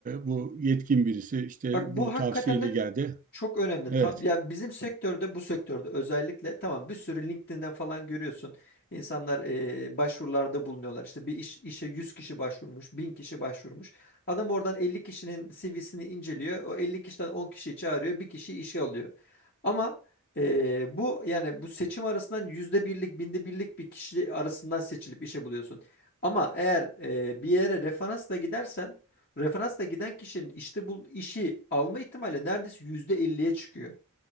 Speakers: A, on the right (about 35°); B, on the left (about 45°).
A: bu yetkin birisi işte
B: Bak bu
A: bu tavsiyeyle
B: hakikaten de
A: geldi.
B: çok önemli.
A: Evet,
B: Tab ya bizim sektörde bu sektörde özellikle tamam bir sürü LinkedIn'den falan görüyorsun. İnsanlar e, başvurularda bulunuyorlar. İşte bir iş, işe 100 kişi başvurmuş, 1000 kişi başvurmuş. Adam oradan 50 kişinin CV'sini inceliyor. O 50 kişiden 10 kişiyi çağırıyor, bir kişi işe alıyor. Ama e, bu yani bu seçim arasından yüzde birlik, binde birlik bir kişi arasından seçilip işe buluyorsun. Ama eğer e, bir yere referansla gidersen referansla giden kişinin işte bu işi alma ihtimali neredeyse yüzde elliye çıkıyor.